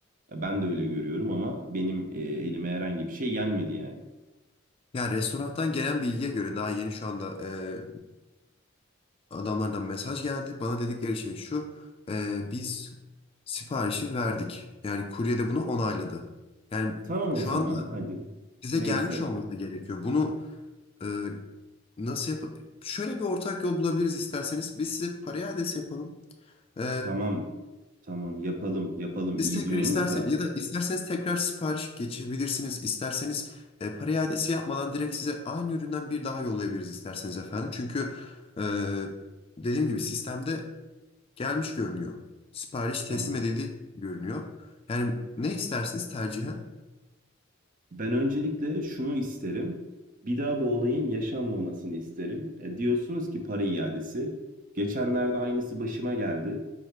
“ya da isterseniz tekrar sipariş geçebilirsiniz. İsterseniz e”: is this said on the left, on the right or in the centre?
Left